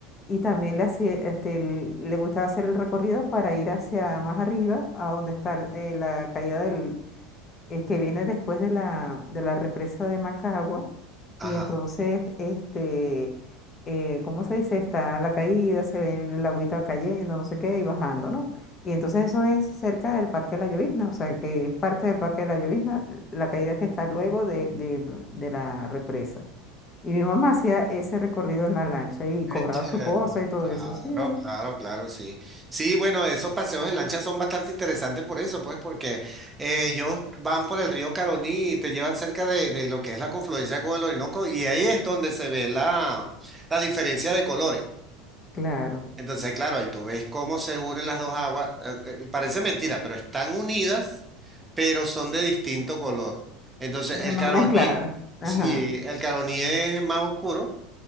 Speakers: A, on the left; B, on the right.
A: y también le, hacía, este, el- le gustaba hacer el recorrido para ir hacia más arriba, a donde está eh, la caída el que viene después de la, de la represa de Macagua.
B: Ajá.
A: Y entonces, este, eh, ¿cómo se dice? Está la caída, se ve el agüita cayendo, no sé qué, y bajando, ¿no? Y entonces eso es cerca del Parque de la Llovizna, o sea, que es parte del Parque de la Llovizna, la caída que está luego de, del- de la represa. Y mi mamá hacía ese recorrido en la lancha y cobraba
B: Eche,
A: su cosa y todo
B: Claro,
A: eso, sí, ¿vale?
B: claro, claro, sí. Sí, bueno, esos paseos en lancha son bastante interesantes por eso, pues, porque eh, ellos van por el río Caroní y te llevan cerca de, de lo que es la confluencia con el Orinoco y ahí es donde se ve la, la diferencia de colores.
A: Claro,
B: Entonces, claro, ahí tú ves cómo se unen las dos aguas. eh, eh, parece mentira, pero están unidas, pero son de distinto color. Entonces,
A: pero
B: el
A: no
B: Caroní,
A: mezclada.
B: sí,
A: Ajá,
B: el Caroní es más oscuro